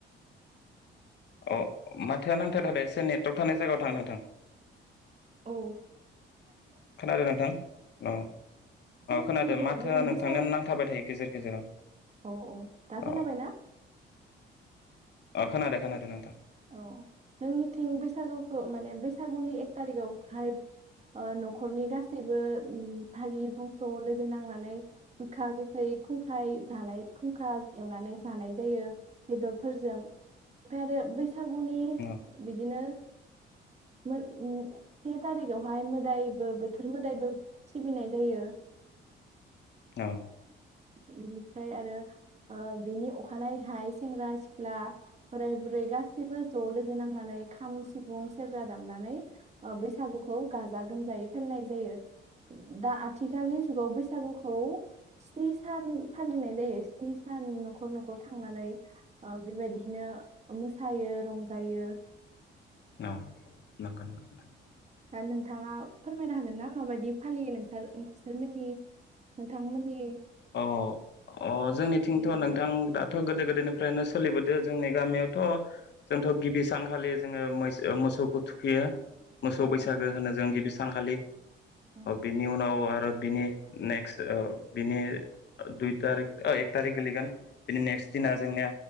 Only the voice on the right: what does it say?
औ
जोंनिथिं
बिदिनो
बैसागो
औ औ दा खोनाबायना
औ जोंनिथिं बैसागुखौ माने बैसागुनि एक थारिखआवहाय ओ न'खरनि गासैबो भागि बंस' लोगो नांनानै गोखा गोखै खुंखाय जानाय खुंखा एवनानै जानाय जायो बेदरफोरजों ओमफ्राय आरो बैसा सागुनि
बिदिनो मोन ओ से थारिखावहाय मोदायबो बोथोर मोदायबो सिबिनाय जायो।
बिनिफ्राय आरो ओ बिनि अखानायैहाय सेंग्रा सिख्ला बोराय बुरै गासैबो ज' लोगो नांनानै खाम सिफुं सेरजा दामनानै ओ बैसागुखौ गाजा गोमजायै फालिनाय जायो दा आथिखालनि जुगाव बैसागुखौ स्नि सान फालिनाय जायो स्नि सान न'खर न'खर थांनानै बेबायदिनो मोसायो रंजायो।
दा नोंथाङा फोरमायनो हागोन ना माबायदि फालियो नोंसोर नोंसोरमोननि नोंथांमोननि
जायगायावहाय
औ
औ